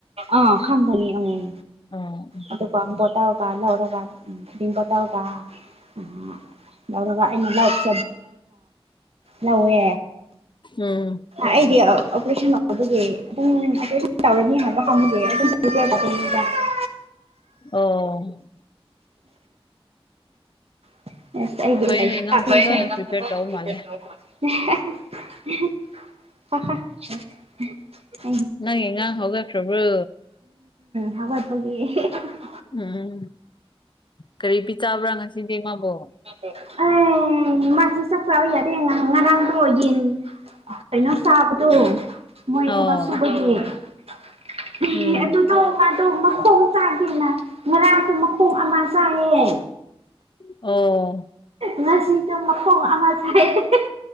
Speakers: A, on the right; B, on the left.
A: ꯑꯥ ꯈꯪꯒꯅꯤ ꯑꯝ
B: <unintelligible>
A: ꯑꯗꯨꯀ ꯕꯣꯇꯜꯀꯥ ꯂꯧꯔꯒ ꯗꯤꯟ ꯕꯣꯇꯜꯀꯥ ꯎꯝ ꯂꯧꯔꯒ ꯑꯩꯅ ꯂꯧ꯫ <inaudible> ꯂꯧꯋꯦ꯫
B: ꯎꯝ
A: ꯑꯩꯗꯤ ꯑꯣꯄꯔꯦꯁꯟ ꯑꯣꯏꯕꯒꯤ ꯑꯗꯨꯝ ꯑꯣꯄꯔꯦꯁꯟ ꯇꯧꯔꯅꯤ ꯍꯥꯏꯕ ꯈꯪꯕꯒꯤ꯫ <inaudible>
B: ꯑꯣ꯫
A: <unintelligible>
B: ꯐꯩꯅꯦ ꯅꯪ ꯐꯖꯅ
A: <inaudible>
B: ꯄ꯭ꯔꯤꯄꯦꯌꯔ ꯇꯧ ꯃꯥꯜꯂꯦ
A: <unintelligible> <unintelligible> <inaudible> ꯎꯝ
B: ꯅꯪꯒꯤ ꯑꯉꯥꯡ ꯍꯧꯒꯠꯈ꯭ꯔꯕ꯭ꯔꯣ
A: ꯍꯧꯒꯠꯄꯒꯤ <unintelligible>
B: ꯎꯝ ꯀꯔꯤ ꯄꯤ ꯆꯥꯕ꯭ꯔꯥ ꯉꯁꯤꯗꯤ ꯃꯥꯕꯨ꯫
A: <inaudible> ꯑꯩ ꯃꯥꯁꯤ ꯆꯥꯛ ꯆꯥꯎ ꯌꯥꯗꯦ ꯉ ꯉꯔꯥꯡꯗꯣ ꯌꯦꯟ ꯀꯩꯅꯣ ꯆꯥꯕꯗꯨ ꯃꯣꯏ
B: ꯑꯣ
A: ꯊꯕꯛ ꯁꯨꯕꯒꯤ <unintelligible>
B: ꯎꯝ
A: ꯑꯗꯨ <unintelligible> ꯃꯥꯗꯣ ꯃꯈꯣꯡ ꯆꯥꯒꯦꯅ ꯉꯔꯥꯡꯁꯨ ꯃꯈꯣꯡ ꯑꯃ ꯆꯥꯏꯌꯦ꯫
B: ꯑꯣ꯫
A: ꯉꯁꯤꯁꯨ ꯃꯈꯣꯡ ꯑꯃ ꯆꯥꯏ <unintelligible>